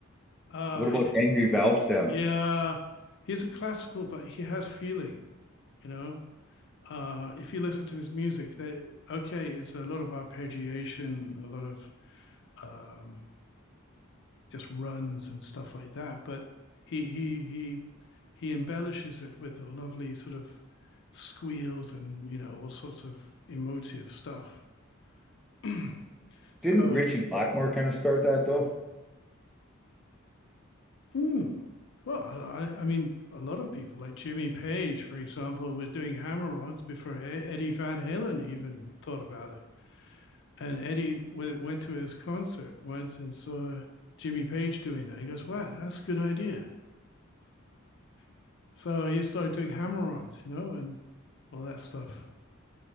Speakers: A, on the left; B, in the centre.
A: Uh,
B: What about
A: if
B: Angry Valve Stem?
A: yeah, he's a classical, but he has feeling, you know. Uh, if you listen to his music, that okay, it's a lot of arpeggiation, a lot of um, just runs and stuff like that, but he he he he embellishes it with a lovely sort of squeals and you know all sorts of emotive stuff. <clears throat> so,
B: Didn't Richie Blackmore kind of start that though?
A: mm, well, I, I mean, a lot of people like Jimmy Page, for example, was doing hammer-ons before E- Eddie Van Halen even thought about it. And Eddie went to his concert once and saw Jimmy Page doing that. He goes, "Wow, that's a good idea." <laughs> so he started doing hammer-ons, you know, and all that stuff.